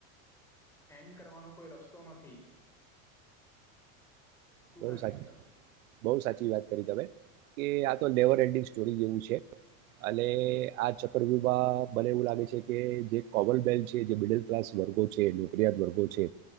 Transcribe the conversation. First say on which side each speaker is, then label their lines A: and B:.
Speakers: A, in the centre; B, on the right.
A: એન્ડ કરવાનો કોઈ રસ્તો નથી. શું
B: બ
A: લાગે
B: સા
A: છે તમને
B: બહ સાચી વાત કરી તમે કે આ તો નેવર એનડિંગ જેવું છે અને આ ચક્રવવાહ મને એવું લાગે છે કે જે કોવલ બેન્ચ જે મિડલક્લાસ વર્ગો છે નોકરીિયાત વર્ગો છે